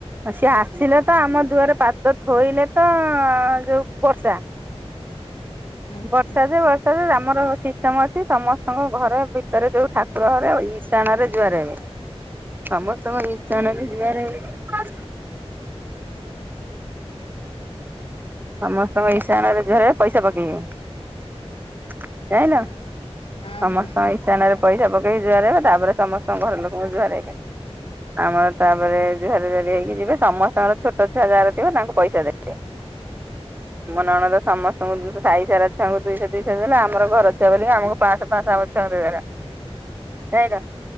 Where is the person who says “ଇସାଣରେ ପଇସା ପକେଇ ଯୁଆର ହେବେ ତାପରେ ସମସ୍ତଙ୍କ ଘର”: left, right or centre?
Right